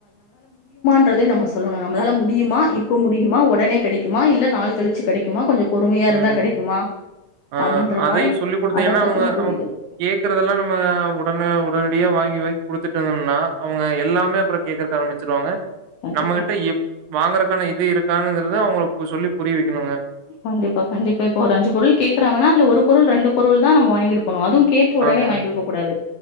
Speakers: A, on the left; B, on the right.
A: ன்றதெ நம்ம சொல்லணு நம்மளால முடியுமா இப்போ முடியுமா ஒடனே கொடைக்குமா இல்ல நாள் கழுச்சு கெடைக்குமா கொஞ்சோ பொறுமையா இருந்தா
B: ம்
A: கெடைக்குமா
B: ஆ
A: அப்டின்ற
B: அதையு
A: மாரி
B: சொல்லி குடுத்தீங்கன்னா
A: அத பத்தின
B: அவங்க
A: புரிதல்
B: அவ் கேக்குறதெல்லா நம்ம உடனே உடனடியா வாங்கி வாங்கி குடுத்துட்டு வந்தோம்னா அவங்க எல்லாமே அப்புறோ கேக்குறக்கு ஆரம்பிச்சுருவாங்க
A: கண்டிப்பா
B: நம்மகிட்ட எஎப் வாங்குறக்கான இது இருக் காணுங்கறத அவங்களுக்கு சொல்லி புரிய வெக்கணுங்க
A: கண்டிப்பா கண்டிப்பா ஒரு அஞ்சு பொருள் கேக்குறாங்கன்னா இல்ல ஒரு பொருள் ரெண்டு பொருள் தா நம்ம வாங்கிடு பனு அதும் கேட்ட ஒடனே
B: ஆமாங்க.
A: வாங்கி குடுக்கக் கூடாது